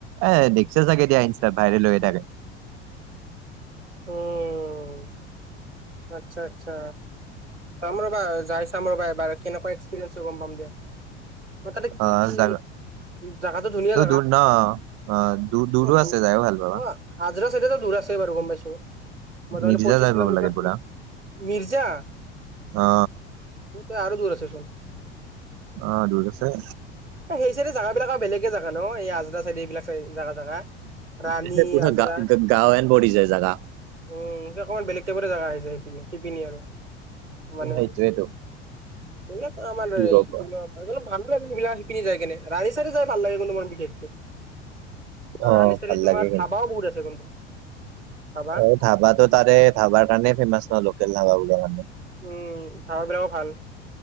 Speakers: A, on the right; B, on the right.
A: এ দেখছা চাগে দিয়া ইনষ্টাত ভাইৰেল লৈ থাকে।
B: উম। আচ্ছা আচ্ছা। চাম ৰবা যাই চাম ৰবা এবাৰ কেনেকুৱা এক্সপিৰিয়েঞ্চ হয় গম পাম দিয়া। কথাতো কি
A: অ
B: কি।
A: জাগা
B: জাগাটো ধুনীয়া জাগা
A: দূৰ ন। অ দূৰ দূৰো
B: অ।
A: আছে যায়ো ভাল পাবা
B: আজৰা চাইতেটো দূৰ আছে বাৰো গম পাইছো মই ত মানে
A: মিৰ্জা
B: পঁচিশ
A: যাই
B: কিলোমিটৰ।
A: পাব লাগে পুৰা
B: মিৰ্জা সেইটো
A: অ
B: আৰু দূৰ আছে চোন।
A: অ দূৰ আছে।
B: সেই চাইডে জেগাব বিলাকৰ বেলেগে জেগা ন এই আজ্ৰা চাইদ এইবিলাক চাই জাগা জাগা। ৰাণী
A: এহে কোনো
B: আজৰা
A: গাঁৱ ৱৈন বদি যায় জাগা
B: উম সে অকণমান বেলেগ টাইপৰে জাগা আহিছে সেইখিনি সিপিনী আৰু মান
A: সেইটোৱেটো
B: কেনেকুৱা মানুহ
A: কি ক'বা।
B: ই <unintelligible> সেই সিবিলাক শিপিনি যায় কেনে ৰাণী চাইদে যাই ভাল লাগে কন্তো মোৰ বিশেষকে
A: অ',
B: আৰু আলি চালী
A: ভাল
B: তোমাৰ
A: লাগে
B: ধাবাও বহুত আছে ধাবা
A: অ ধাবাটো তাৰে ধাবাৰ কাৰণে ফেমাচ ন লোকেল ধাবা বোৰৰ কাৰণে
B: উম ধাবা বিলাও ভাল